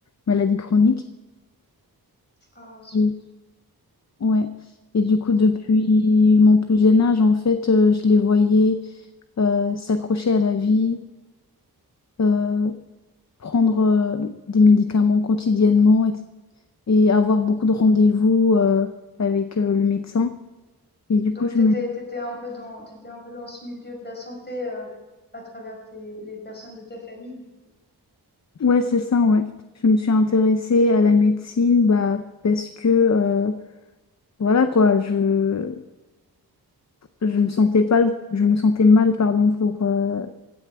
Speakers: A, on the left; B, on the left.
A: maladies chroniques.
B: Ah zut,
A: Mm. Ouais. Et
B: je
A: du
B: suis
A: coup,
B: désolée.
A: depuis mon plus jeune âge, en fait, euh, je les voyais euh, s'accrocher à la vie, euh, prendre euh, des médicaments quotidiennement, et avoir beaucoup de rendez-vous euh, avec euh, le médecin. Et du
B: Donc
A: coup, je
B: t'étais,
A: me...
B: t'étais un peu dans, t'étais un peu dans ce milieu de la santé euh, à travers tes, les personnes de ta famille, du coup.
A: Ouais, c'est ça, ouais. Je me suis intéressée à la médecine bah, parce que, euh, voilà quoi, je, je me sentais pas, je me sentais mal, pardon, pour euh,